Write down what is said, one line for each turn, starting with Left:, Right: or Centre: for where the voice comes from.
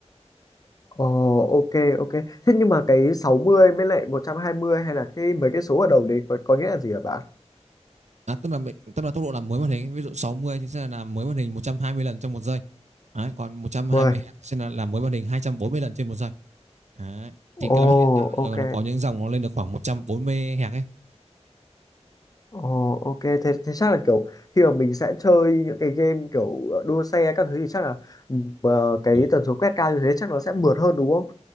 Left: ồ ok ok thế nhưng mà cái 60 mới lại một trăm hai mươi hay là cái mấy cái số ở đầu đấy có, có nghĩa là gì hả bạn
Right: à, tức là tức là tốc độ làm mới màn hình ví dụ 60 thì sẽ là làm mới màn hình 120 lần trong một giây đấy, còn 120
Left: Uầy,
Right: Hz sẽ là làm mới màn hình 240 lần trên một giây đấy. thì cao
Left: ồ
Right: nhất hiện tại bây
Left: ok
Right: giờ nó có những dòng nó lên được khoảng 140 Hz ấy
Left: ồ ok thế, thế chắc là kiểu khi mà mình sẽ chơi những cái game kiểu ờ, đua xe các thứ thì chắc là ừm, ờ, cái
Right: Ờ,
Left: tần số quét cao như thế chắc nó sẽ mượt hơn đúng không